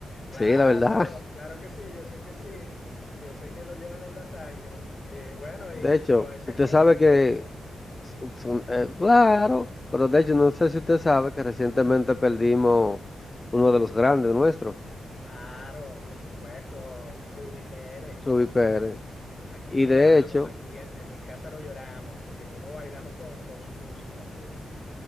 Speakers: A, on the left; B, on the left.
A: Claro,
B: Sí, la verdad.
A: claro que sí, yo sé que sí, yo sé que lo llevan en la sangre. Eh, bueno, y,
B: De hecho,
A: pero eso
B: usted
A: es bien
B: sabe
A: caribeño.
B: que, son- son- eh, claro, pero de hecho no sé si usted sabe que recientemente perdimos uno de los grandes nuestros,
A: Claro, por supuesto, Ruby Pérez, cónchale.
B: Ruby Pérez.
A: Aquí
B: Y
A: lo lloramos,
B: de hecho,
A: aquí en, en mi casa lo lloramos, porque cómo bailamos con, con su música, sí.